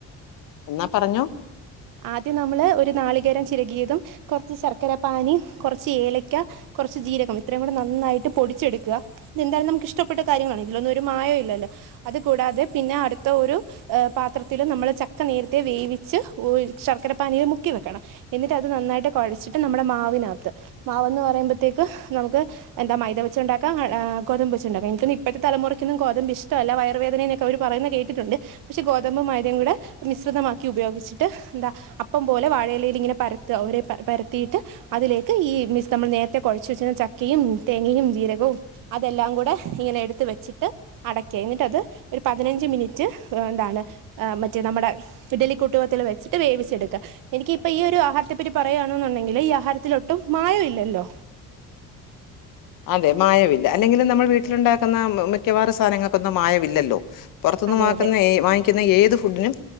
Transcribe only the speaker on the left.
എന്നാ പറഞ്ഞോ?
അതെ മായമില്ല അല്ലെങ്കിൽ നമ്മൾ വീട്ടിലുണ്ടാക്കുന്ന മിക്കവാറും സാധനങ്ങൾക്കൊന്നും മായമില്ലല്ലോ. പുറത്തുന്ന്
വക്കുന്ന
വാങ്ങിക്കുന്ന ഏത് ഫുഡിനും